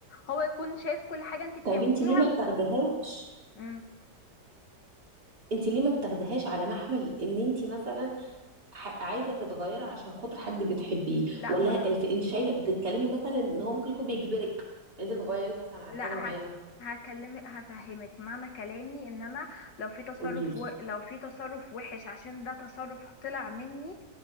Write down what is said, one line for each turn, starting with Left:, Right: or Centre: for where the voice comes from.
Left: هو يكون شايف كل حاجة انت بتعمليها
Right: طيب انت ليه ما بتاخدهاش
Left: مم.
Right: انت ليه ما بتاخدهاش على محمل ان انت مثلا ح- عايزه تتغيري عشان خاطر حد بتحبيه
Left: لا
Right: ولا
Left: ما انا
Right: الف- انت شايفه بتتكلمي مثلا ان هو ممكن يكون بيجبرك ان انت تغيري مثلا على
Left: لا
Right: حاجه معينه
Left: هك... هكلمك هفهمك معنى كلامي ان انا لو في تصرف
Right: قولي لي
Left: و... لو في تصرف وحش عشان ده تصرف طلع مني